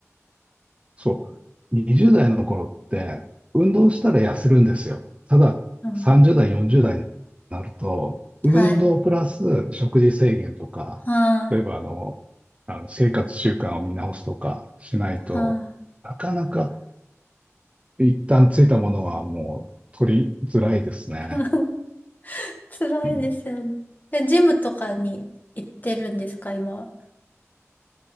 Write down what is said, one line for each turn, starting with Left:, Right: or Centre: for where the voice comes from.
Right: そう。20代の頃って、運動したら痩せるんですよ。ただ、
Left: う。うん。
Right: 30代、40代になると、運動プラス食事制限とか、
Left: はい。はい。
Right: 例えばあの、あの生活習慣を見直すとかしないとなかなか
Left: はい。
Right: 一旦ついたものはもう取りづらいですね。
Left: <laughs> 辛いですよね。
Right: うん、
Left: で、ジムとかに行ってるんですか、今は。